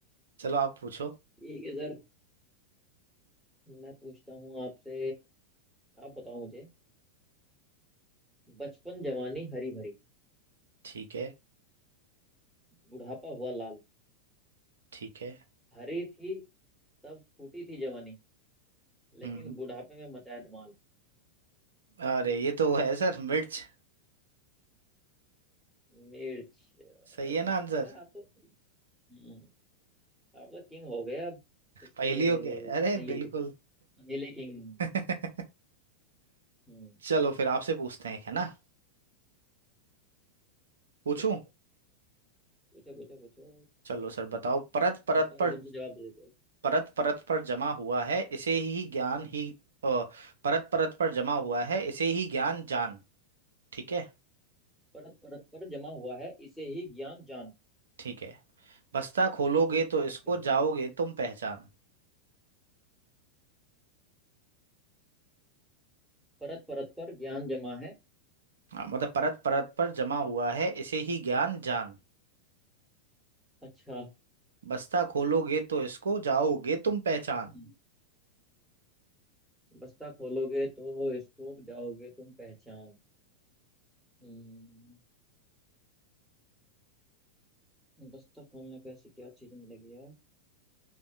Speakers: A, on the right; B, in the centre.
A: चलो आप पूछो
B: ठीक है सर मैं पूछता हूँ आपसे आप बताओ मुझे बचपन जवानी हरी भरी
A: ठीक है
B: बुढ़ापा हुआ लाल
A: ठीक है
B: हरी थी तब फूटी थी जवानी
A: हम्म
B: लेकिन बुढ़ापे में मचाया धमाल
A: अरे ये तो वो है सर मिर्च
B: मिर्च अरे
A: सही
B: वाह
A: है ना आंसर
B: यार आप तो हम्म, आप तो किंग हो गए अब इसके
A: पहेलियों के अरे
B: पहले
A: बिल्कुल
B: के पहले किंग
A: <laughs>
B: हम्म
A: चलो फिर आपसे पूछते हैं है ना पूछूं
B: पूछो पूछो पूछो पूछो
A: चलो सर बताओ परत परत
B: आप तो
A: पर
B: एकदम से जवाब दे देते हो
A: परत परत पर जमा हुआ है इसे ही ज्ञान ही अ, परत परत पर जमा हुआ है इसे ही ज्ञान जान ठीक है
B: परत परत पर जमा हुआ है इसे ही ज्ञान जान
A: ठीक है बस्ता खोलोगे तो इसको
B: अच्छा
A: जाओगे तुम पहचान
B: परत परत पर ज्ञान जमा है
A: हाँ, मतलब परत परत पर जमा हुआ है इसे ही ज्ञान जान
B: अच्छा
A: बस्ता खोलोगे तो इसको जाओगे तुम पहचान
B: हम्म, बस्ता खोलोगे तो स्कोप जाओगे तुम पहचान हम्म, बस्ता खोलने पे ऐसी क्या चीज मिलेगी यार